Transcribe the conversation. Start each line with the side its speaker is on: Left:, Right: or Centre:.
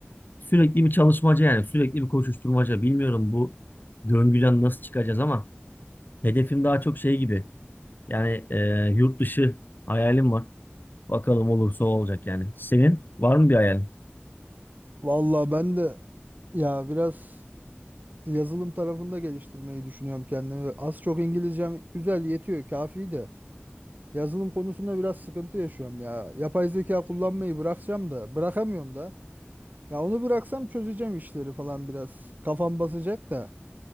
Left: Sürekli bir çalışmaca yani sürekli bir koşuşturmaca. Bilmiyorum bu döngüden nasıl çıkacağız ama hedefim daha çok şey gibi. Yani e, yurt dışı hayalim var. Bakalım olursa o olacak yani. Senin var mı bir hayalin?
Right: Valla ben de ya biraz yazılım tarafında geliştirmeyi düşünüyorum kendimi. Az çok İngilizcem güzel yetiyor, kafi de. Yazılım konusunda biraz sıkıntı yaşıyorum ya. Yapay zeka kullanmayı bırakacağım da, bırakamıyorum da. Ya onu bıraksam çözeceğim işleri falan biraz. Kafam basacak da.